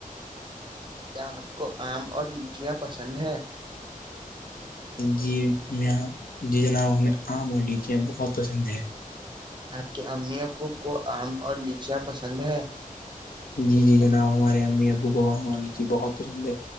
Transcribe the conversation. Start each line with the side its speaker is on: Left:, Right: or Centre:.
Right: کیا آپ کو آم اور لیچیاں پسند ہیں
Left: جی یہاں جی جناب ہمیں آم اور لیچیا بہت پسند ہے
Right: آپ کے امی ابو کو آم اور لیچیاں پسند ہے
Left: جی جی جناب ہمارے امی ابو گوا ہم جی بہت پسند ہے